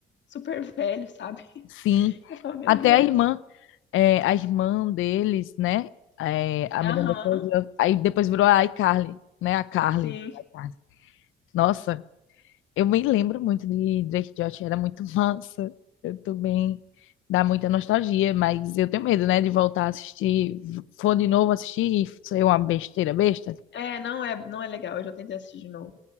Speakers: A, on the left (about 65°); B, on the left (about 85°).
A: super velhos, sabe? <laughs>
B: Sim.
A: Eu ficava, meu
B: Até
A: Deus.
B: a irmã, é, a irmã deles, né? É, a Miranda
A: Aham,
B: Cosgrove, aí depois virou a iCarly, né? A Carly.
A: sim.
B: iCarly. Nossa, Eu me lembro muito de Drake e Josh, era muito <laughs> massa. Eu tô bem, dá muita nostalgia, mas eu tenho medo, né, de voltar a assistir, for de novo assistir e ser uma besteira besta.
A: É, não é, não é legal. Eu já tentei assistir de novo.